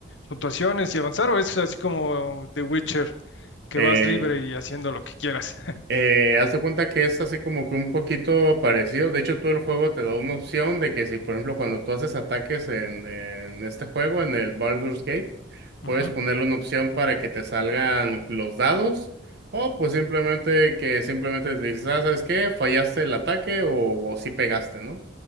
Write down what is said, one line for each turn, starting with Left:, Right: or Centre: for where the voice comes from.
Left: puntuaciones y avanzar, o es así como The Witcher, que
Right: Eh,
Left: vas libre y haciendo lo que quieras. <laughs>
Right: Eh, haz de cuenta que es así como que un poquito parecido. De hecho, tú el juego te da una opción de que si, por ejemplo, cuando tú haces ataques en, en este juego, en el Baldur's Gate, puedes
Left: Ujú.
Right: ponerle una opción para que te salgan los dados o pues simplemente que simplemente te dices, ah, ¿sabes qué? Fallaste el ataque o, o sí pegaste, ¿no?